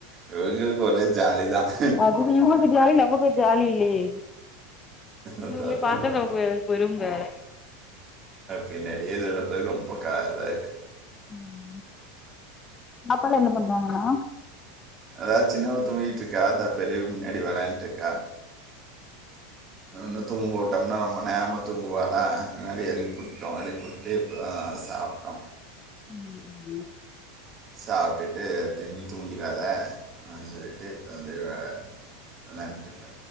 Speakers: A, on the right (about 30°); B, on the left (about 25°).
A: இவங்களுக்கு ஒரே ஜாலி தான்
B: அ <unintelligible> ஜாலி இல்லையே
A: அதான்
B: இவங்கள
A: அதான்,
B: பாக்க
A: அதான்
B: நமக்கு வேற பெரும் வேல
A: பின்னாடி <unintelligible> ரொம்ப காதா இருக்கு
B: உம் பாப்பல என்ன பண்றாங்கண்ணா
A: அதா சின்னவ தூங்கிட்டு இருக்கா அதா பெரியவு முன்னாடி விளையாண்டு இருக்கா இன்னு தூங்குட்டோம்னா ரொம்ப நேரமா தூங்குவால அதா
B: ம்
A: எழிப்புட்டோ எழிப்புட் ப்பி இப்போதா சாப்ட்டோ
B: <inaudible>
A: சாப்டுட்டு திரும்பி தூங்கிறாத அப்டின்னு சொல்லிட்டு <unintelligible> நன்றிக்கா